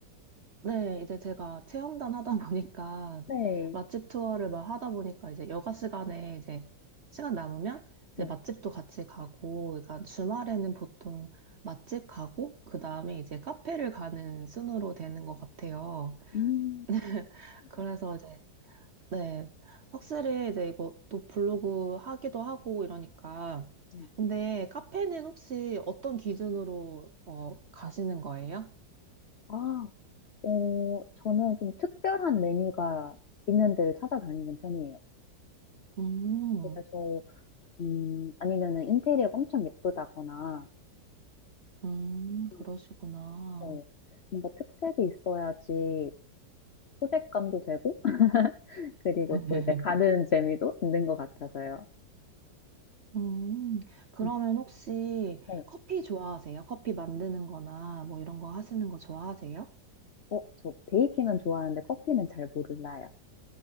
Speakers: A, on the right (about 50°); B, on the left (about 60°).
A: 네, 이제 제가 체험단 하다 보니까
B: 네.
A: <laughs> 맛집 투어를 막 하다 보니까 이제 여가 시간에 이제 시간 남으면 이제
B: 네.
A: 맛집도 같이 가고, 그러니까 주말에는 보통 맛집 가고, 그 다음에 이제 카페를 가는 순으로 되는 것 같아요.
B: 음.
A: <laughs> 그래서 이제, 네, 확실히 이제 이것도 블로그 하기도 하고 이러니까.
B: 음.
A: 근데 카페는 혹시 어떤 기준으로 어, 가시는 거예요?
B: 아, 어, 저는 좀 특별한 메뉴가 있는 데를 찾아다니는 편이에요.
A: 음.
B: 그래서, 음, 아니면은 인테리어가 엄청 예쁘다거나,
A: 음, 그러시구나.
B: 음, 네. 뭔가 특색이 있어야지 소재감도 되고, <laughs> 그리고
A: <laughs>
B: 또 이제 가는 재미도 있는 것 같아서요.
A: 음, 그러면
B: 음.
A: 혹시
B: 네.
A: 커피 좋아하세요? 커피 만드는 거나 뭐 이런 거 하시는 거 좋아하세요?
B: 어, 저 베이킹은 좋아하는데 커피는 잘 몰라요.